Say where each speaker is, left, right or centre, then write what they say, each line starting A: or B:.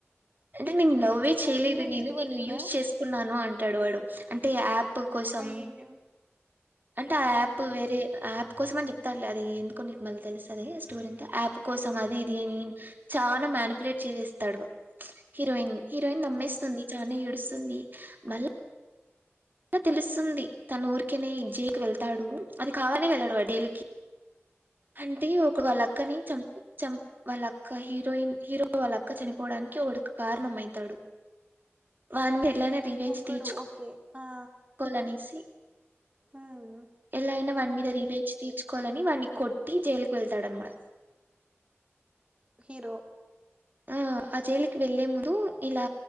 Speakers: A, on the right; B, on the right.
A: అంటే నేను లవే చేయలేదు
B: మళ్ళ హీరోయిన్
A: నేను
B: ఇష్టపడుతుందా
A: నేను యూజ్ చేసుకున్నాను అంటాడు వాడు అంటే యాప్ ప్ కోసం
B: అయ్యయ్యో
A: అంటే
B: హ్మ్
A: యాప్ వేరే యాప్ కోసం అని చెప్తారులే అది ఎందుకు నీకు మ తెలుస్తు అది స్టోర్ అంత యాప్ కోసం అది దీని చాల మ్యానిపులేట్ చేసేస్తాడు హీరోయిన్ హీరోయిన్ నమ్మేస్తుంది
B: హ్మ్
A: చాన ఏడుస్తుంది మళ్ అలా తెలుస్తుంది తన ఊరికెనే జయకి వెళ్తాడు అది కావనే వెళ్ళడు వడేల్కి అంటే ఒక వాళ్ళ
B: ఆహా
A: అక్కని చం చం వాళ్ళక్క హీరోయిన్ హీరో వాళ్ళక్క చనిపోవడానికి వాడు కారణం అయితాడు వాందె ఇలానే రివెజ్
B: ఒక్కడు
A: తీర్చుకో
B: ఓకే ఆ
A: కోలనేసి
B: హ్మ్
A: ఎలా అయిన వాని మీద రివేంజ్ తీర్చుకోవాలని వాన్ని కొట్టి జైలుకి వెళ్తాడనమాట
B: హీరొ
A: ఆ ఆ జైలుకి వెళ్లే ముందు ఇలా